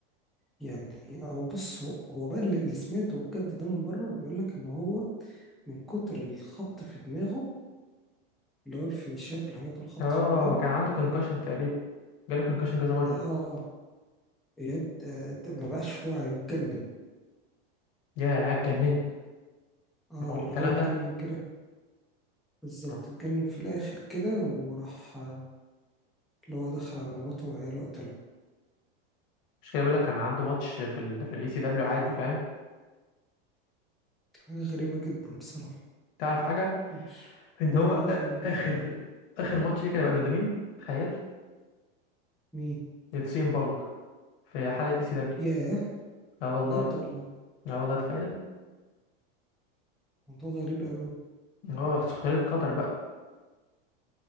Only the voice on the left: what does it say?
اه
وكان عنده كونكشن تقريبا جاله كونكشن كذا
مره
يا اتجنن
معقول
الكلام
ده
ما-
مش كده بقول لك كان عنده ماتش في ال في الاي سي دبليو عادي فاهم
تعرف حاجه
ان
هو
آ-
اخر
اخر ماتش ليه كان هيبقى ضد مين تخيل
ضد سي ام بانك في حلقه اي سي دبليو
اه والله
اه والله تخيل
اه سخريه القدر بقى